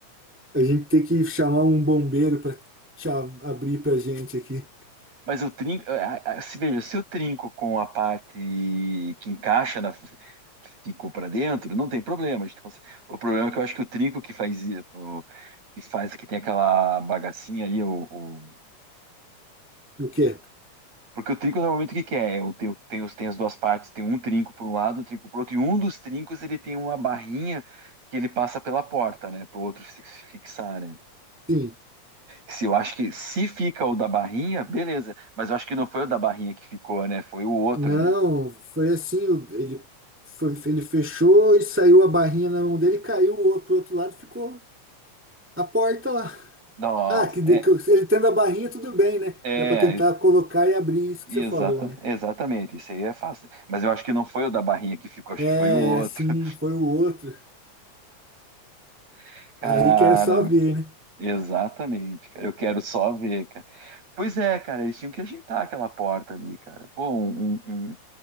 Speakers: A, in the centre; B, on the right.
A: a gente tem que chamar um bombeiro para abrir para gente aqui.
B: mas eu trinco. ah, ah, Se veja, se eu trinco com a parte que encaixa na. que Ficou pra dentro, não tem problema. a gente consegue- O problema é que eu acho que o trinco que faz i- o- que faz que tem aquela bagacinha ali, o,
A: O quê?
B: Porque o trinco normalmente o que que é? Eu tenho, tenho, tem as duas partes, tem um trinco para um lado, um trinco para o outro, e um dos trincos ele tem uma barrinha que ele passa pela porta, né? Para o outro se fixar, né?
A: Sim.
B: Se eu acho que se fica o da barrinha, beleza, mas eu acho que não foi o da barrinha que ficou, né? Foi o outro,
A: Não,
B: né?
A: foi assim, o- ele foi, ele fechou e saiu a barrinha na mão dele, caiu o outro pro outro lado, e ficou a porta lá.
B: Nossa,
A: Ah, que de-
B: é,
A: que ele tendo a barrinha tudo bem, né?
B: é,
A: Dá para tentar colocar e abrir isso que
B: exata,
A: você falou, né?
B: exatamente, isso aí é fácil. Mas eu acho que não foi o da barrinha que ficou, acho
A: É,
B: que foi o outro.
A: assim, foi o outro.
B: <laughs> Cara,
A: Aí que era só ver, né?
B: exatamente, cara, eu quero só ver, cara. Pois é, cara, eles tinham que ajeitar aquela porta ali, cara. Pô, um, um, um,